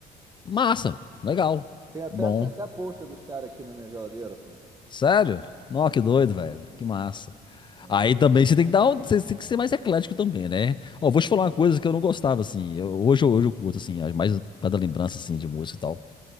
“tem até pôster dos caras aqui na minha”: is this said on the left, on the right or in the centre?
Right